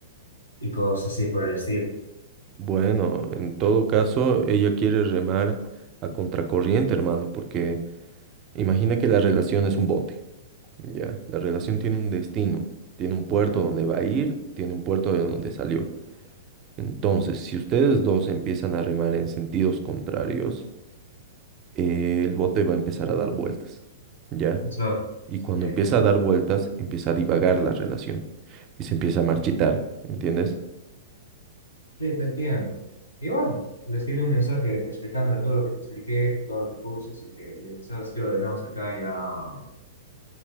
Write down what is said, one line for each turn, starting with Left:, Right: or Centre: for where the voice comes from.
Left: y cosas así por el estilo.
Right: Bueno, en todo caso, ella quiere remar a contracorriente, hermano, porque imagina que la relación es un bote, ¿ya? La relación tiene un destino, tiene un puerto donde va a ir, tiene un puerto de donde salió. Entonces, si ustedes dos empiezan a remar en sentidos contrarios, eh, el bote va a empezar a dar vueltas, ¿ya?
Left: Es lógico.
Right: Y cuando
Left: Sí,
Right: empieza a dar vueltas, empieza a divagar la relación y se empieza a marchitar, ¿entiendes?
Left: sí, te entiendo. Y bueno, le escribí un mensaje explicándole todo lo que te expliqué, todo lo que puse, así que le dije, sabes que lo dejamos acá, ya,